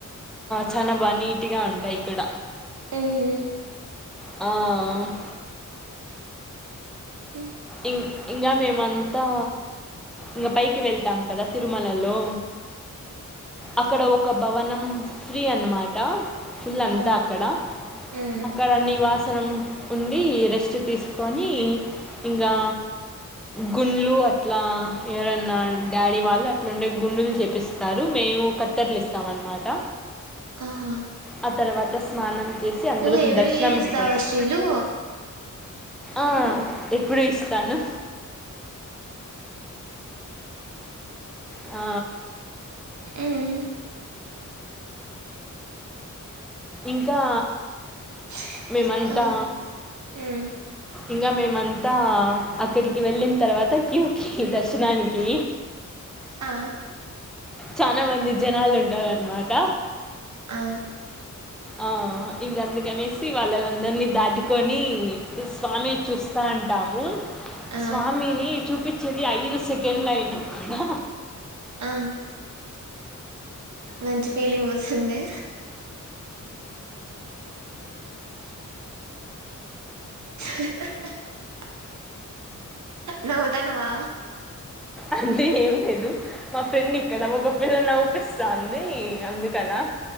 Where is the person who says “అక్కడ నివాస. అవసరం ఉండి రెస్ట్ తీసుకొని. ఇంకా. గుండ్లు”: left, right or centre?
Centre